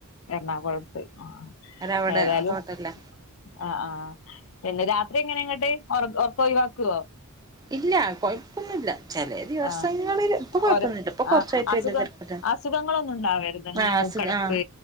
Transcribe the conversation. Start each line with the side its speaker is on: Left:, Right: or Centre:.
Left: എറണാകുളത്ത് ആ
Right: ഒരവിടെ
Left: ഏതായാലും
Right: ഹോട്ടലില
Left: ആ ആ പിന്നെ അത്ര എങ്ങനെ ഇങ്ങോട്ട് ഉറക്ക ഒഴിവാക്കുവോ
Right: ഇല്ല കുഴപ്പൊന്നുമില്ല ചില ദിവസങ്ങളിൽ
Left: ആ
Right: ഇപ്പ കുഴപ്പൊന്നില്ല
Left: ഓരോ
Right: ഇപ്പൊ
Left: ആ
Right: കൊറച്ചായിട്ടും
Left: അസുഖം
Right: ഇല്ല തിരക്കില്ല
Left: അസുഖങ്ങളൊന്നും ഉണ്ടാവരുത് ഇങ്ങനെ
Right: ആ
Left: മൂക്കടപ്പ്
Right: ആ